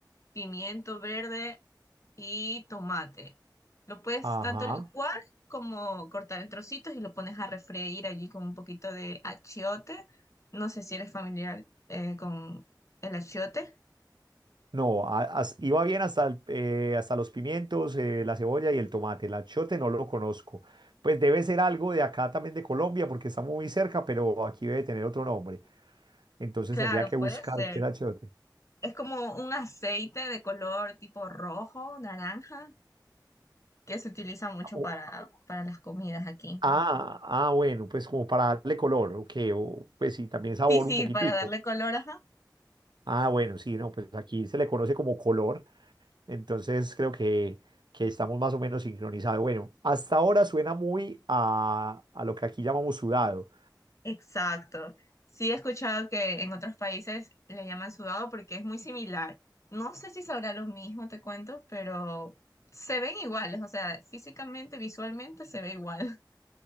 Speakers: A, on the left; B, on the right.
A: pimiento verde y tomate. Lo puedes
B: Ajá.
A: tanto licuar como cortar en trocitos y lo pones a refreír allí con un poquito de achiote. No sé si eres familiar eh, con el achiote.
B: No, a- as- iba bien hasta, el- eh, hasta los pimientos, eh, la cebolla y el tomate. El achiote no lo conozco. Pues debe ser algo de acá también de Colombia, porque está muy cerca, pero aquí debe tener otro nombre. Entonces
A: Claro,
B: tendría que buscar
A: puede ser.
B: qué era achiote.
A: Es como un aceite de color tipo rojo, naranja, que se utiliza mucho
B: O-
A: para, para las comidas aquí.
B: Ah, ah, bueno, pues como para darle color, ok, o, pues sí, también sabor
A: Sí, sí,
B: un poquitico.
A: para darle color, ajá.
B: Ah, bueno, sí, no, pues aquí se le conoce como color, entonces creo que, que estamos más o menos sincronizados. Bueno, hasta ahora suena muy a, a lo que aquí llamamos sudado.
A: Exacto. Sí, he escuchado que en otros países le llaman sudado porque es muy similar. No sé si sabrá lo mismo, te cuento, pero se ven iguales, o sea, físicamente, visualmente se ve igual. <laughs>